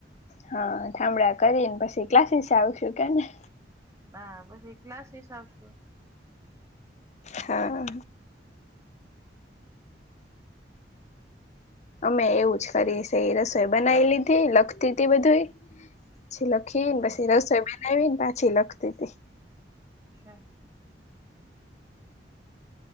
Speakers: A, on the left; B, on the right.
A: હા થામળા કરીને પછી ક્લાસીસ આવશું કેને,
B: હા પછી ક્લાસિસ આવશું.
A: હા, અમે એવું જ કરી છે એ રસોઈ બનાવી લીધી લખતી હતી બધું. પછી લખીને
B: હમ
A: પછી રસોઈ બનાવી ને પાછી લખતી હતી.
B: છે.